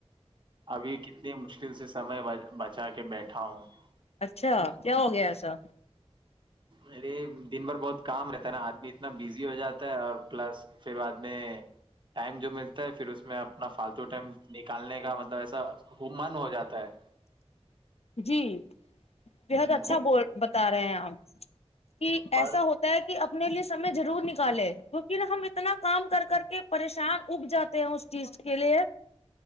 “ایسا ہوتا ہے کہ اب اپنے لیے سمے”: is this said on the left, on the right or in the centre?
Left